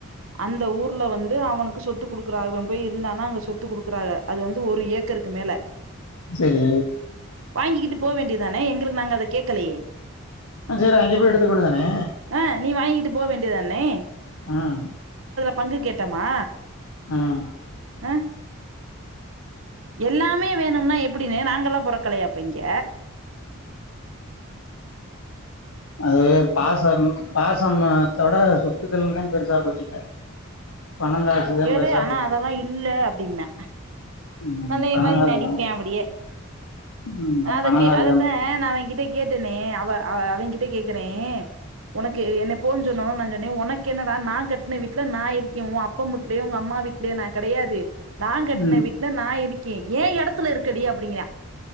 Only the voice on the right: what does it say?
அந்த ஊர்ல வந்து அவனுக்கு சொத்து குடுக்குறா அவ போய் இருந்தானா அங்க சொத்து குடுக்குறாக அது வந்து ஒரு ஏக்கருக்கு மேல
வாங்கிகிட்டு போ வேண்டி தானே எங்களுக்கு நாங்க அத கேக்கலையே
ஆ நீ வாங்கிட்டு போ வேண்டியதாண்ணே
பங்கு கேட்டமா
ஆ எல்லாமே வேணும்னா எப்டின்னா நாங்கல்லா பொறக்கலையாப்ப இங்க
கேளு
ஆனா
அதெல்லா இல்ல அப்டிம்பா
நல்லைய
மாரி
நடிப்பே அப்டியே
அத
கே
அதத்தா
நா அவன கிட்ட கேட்டேனே அவ அவ் அவே கிட்ட கேட்கிறே உனக்கு என்ன போன்னு சொன்ன நா சொன்னே உனக்கு என்னட நா கட்டின வீட்டல நா இருக்கே உ அப் அப்ப முட்லயு உங்க அம்மா வீடலேயோ நா கெடையாது நா கட்டின
வீட்டுல நா இருக் ஏ எடத்துல இருக்கடி அப்டிங்கிற